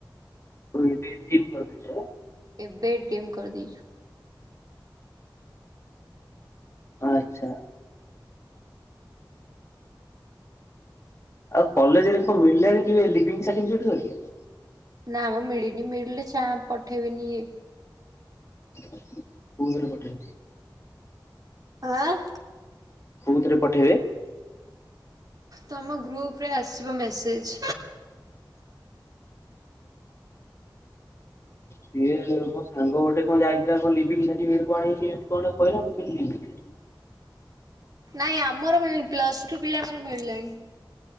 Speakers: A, on the left; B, on the right.
A: <unintelligible>
B: ଏବେ ଟିମ୍ କରିଦେଇଛୁ।
A: ଆଛା। ଆଉ କଲେଜରେ କଣ ମିଳିଲାଣି କିବେ ଲିଭିଙ୍ଗସାର୍ଟିଫିକେଟ ହରିକା?
B: ନା ମ ମିଳିନି ମିଳିଲେ ଚା ପଠେଇବେନି ଇଏ।
A: କୋଉ ଘର ପଟେ?
B: ଆଁ
A: କଉଥିରେ ପଠେଇବେ?
B: ତମ ଗ୍ରୁପ୍ ରେ ଆସିବ ମେସେଜ୍।
A: ସିଏ ମୋ ସାଙ୍ଗ ଗୋଟେ କଣ ଯାଇଥିଲା କଣ ଲିଭି ସାର୍ଟିଫିକେଟ <unintelligible> କଣେଇଛି କେ କହିଲ ମୁଁ କେତି
B: ନାଇଁ ଆମର ମିଳିନି। ପ୍ଲସ ଟୁ ପିଲାଙ୍କର ମିଳିଲାଣି।